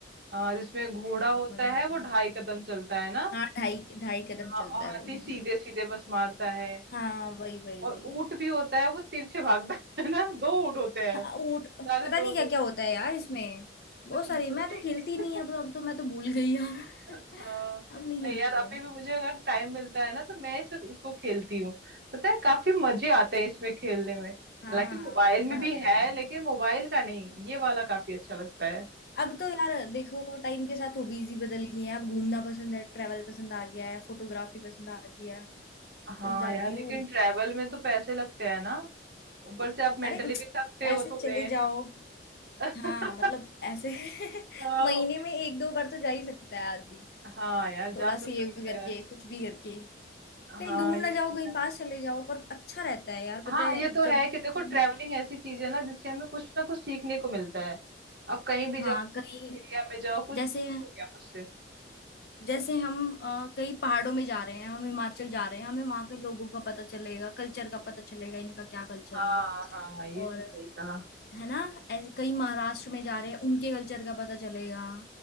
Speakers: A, on the right; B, on the left.
A: हाँ जिसमें घोड़ा
B: मुझे तो बहुत
A: होता
B: मजा
A: है
B: आता
A: वो
B: है
A: ढाई कदम चलता है ना
B: हाँ ढाई ढाई कदम
A: हाँ, और
B: चलता है
A: हाथी
B: वो हम्म
A: सीधे सीधे बस मारता है
B: हाँ वही वही
A: और
B: वही
A: ऊंट भी होता है वो तिरछे भागता <laughs> है ना दो ऊंट होते हैं
B: हाँ ऊंट
A: सारे
B: पता
A: दो
B: नहीं
A: दो
B: क्या क्या होता है यार इसमें बहुत
A: अच्छा तुम
B: सारी
A: भूल
B: मैं
A: गई
B: तो हिलती नहीं है अब अब तो मैं तो भूल गई यार
A: <laughs>
B: <laughs>
A: हाँ
B: अब नहीं
A: नहीं
B: हिलती
A: यार अभी
B: है
A: भी मुझे अगर टाइम मिलता है ना तो मैं इस, इसको खेलती हूँ पता है काफी मजे
B: अच्छा
A: आते हैं इसमें खेलने में हालांकि
B: हाँ
A: मोबाइल
B: हाँ मजे
A: में भी
B: आते हैं
A: है
B: भाई
A: लेकिन मोबाइल का नहीं ये वाला काफी अच्छा लगता है
B: अब तो यार देखो टाइम के साथ हॉबीज ही बदल गई हैं अब घूमना पसंद है ट्रैवल पसंद आ गया है फोटोग्राफी पसंद आ गया है
A: हाँ
B: कहीं जाती
A: यार
B: हूँ
A: लेकिन ट्रैवल में तो पैसे लगते हैं ना ऊपर से आप मेंटली
B: अरे
A: भी थकते हो
B: ऐसे
A: थोड़े
B: चले जाओ
A: <laughs>
B: हाँ मतलब ऐसे <laughs>
A: हाँ
B: महीने में एक दो बार तो जा ही सकता है आदमी
A: हाँ यार जा
B: थोड़ा
A: तो
B: सेव
A: सकते
B: करके
A: हैं
B: कुछ भी करके
A: हाँ
B: कहीं दूर
A: ये
B: ना जाओ
A: तो
B: कहीं
A: है
B: पास चले जाओ पर अच्छा रहता है यार पता
A: हाँ
B: है
A: ये
B: जब
A: तो है कि देखो
B: हम-
A: ट्रैवलिंग ऐसी चीज है ना जिससे हमें कुछ ना कुछ सीखने को मिलता है आप कहीं भी
B: हाँ
A: जाओ
B: कहीं
A: एरिया में जाओ कुछ
B: जैसे
A: हो गया उससे
B: जैसे हम अ, कहीं पहाड़ों में जा रहे हैं हम हिमाचल जा रहे हैं हमें वहां के लोगों का पता चलेगा कल्चर का पता चलेगा इनका क्या कल्चर
A: हाँ
B: है
A: हाँ ये
B: और
A: तो सही कहा
B: है ना ऐसे कहीं महाराष्ट्र में जा रहे हैं उनके कल्चर का पता चलेगा